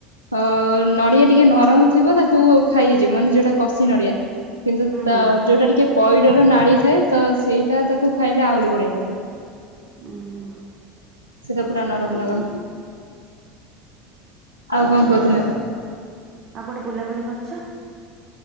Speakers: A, on the right; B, on the right.
A: ଅ -ନଡିଆ ଟିକେ ନରମ୍ ଥିବ ତାକୁ ଖାଇ ହେଇଯିବ ମାନେ ଯଉଟା କଷି ନଡିଆ କିନ୍ତୁ
B: ହୁଁ
A: ତା
B: ହୁଁ
A: ଯଉଟା ଟିକେ ପଇଡର ନାଳି ଥାଏ ତ ସେଇ ସେଟା ତାକୁ ଖାଇଲେ ଆହୁରି ବଢିଆ ଲାଗେ।
B: ଉଁ- ହୁଁ-ହୁଁ।
A: ସେଟା ପୁରା ନରମ୍ ନରମ୍। ଆଉ କଣ୍ କହୁଥିଲେ?
B: ହୁଁ ଆଉ କୁଆଡେ ବୁଲାବୁଲି କର୍